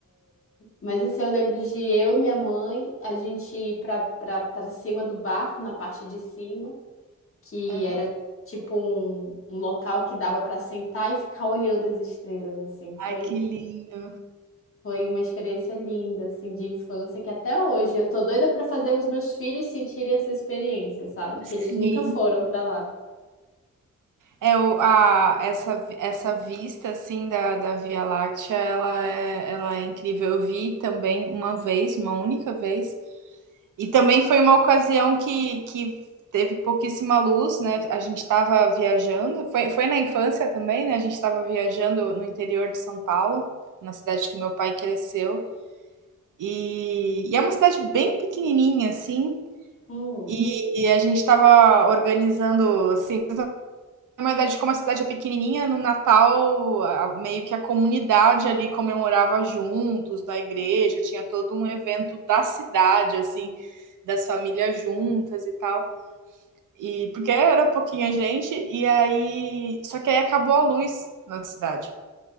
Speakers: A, on the left (about 45°); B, on the right (about 80°).
A: Mas isso eu lembro de eu e minha mãe, a gente ir pra, pra, pra cima do barco, na parte de cima, que
B: Aham.
A: era tipo um, um local que dava pra sentar e ficar olhando as estrelas, assim. Foi,
B: Ai, que lindo.
A: foi uma experiência linda, assim, de infância, que até hoje eu tô doida pra fazer os meus filhos sentirem essa experiência, sabe? Que
B: Sim.
A: eles nunca foram pra lá.
B: É o a essa vi essa vista, assim, da da Via Láctea, ela é ela é incrível. Eu vi também uma vez, uma única vez, E também foi uma ocasião que, que teve pouquíssima luz, né? A gente estava viajando, foi, foi na infância também, né? A gente estava viajando no interior de São Paulo, na cidade que meu pai cresceu. E, e é uma cidade bem pequenininha, assim.
A: Hum,
B: E, e a gente estava organizando, assim, na verdade, como a cidade é pequenininha, no Natal, a meio que a comunidade ali comemorava juntos, na igreja, tinha todo um evento da cidade, assim, das famílias juntas e tal. E porque era pouquinha gente, e aí. Só que aí acabou a luz na cidade.